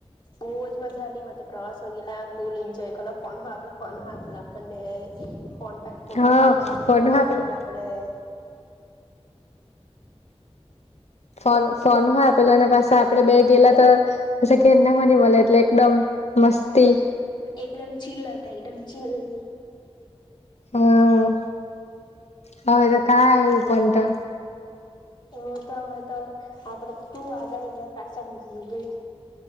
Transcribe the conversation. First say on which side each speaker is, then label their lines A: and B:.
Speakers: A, on the left (about 45°); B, on the left (about 80°).
A: બવજ મજા આવલી મન તો. શંગલા ફૂલ એન્જય કરલો ફન હવા ફન હો આપણને ફોન પે ફોટા
B: હા
A: પાડલા વિડીયો
B: ફોન
A: બનાવેલા
B: આપેલો
A: આપડે.
B: ફોન ફોન હા પેલા એને પાસ સે આપડે બે ગેલા તો પસી કે ઘરના હો ની મલે એટલે એકદમ મસ્તી.
A: એકદમ ચિલ્લા તા એકદમ ચીલ.
B: હમ્મ, હવે તો કા આવું પણ તો.
A: હું તો હવે તો આપડે તું આગાળને પછાડી <inaudible>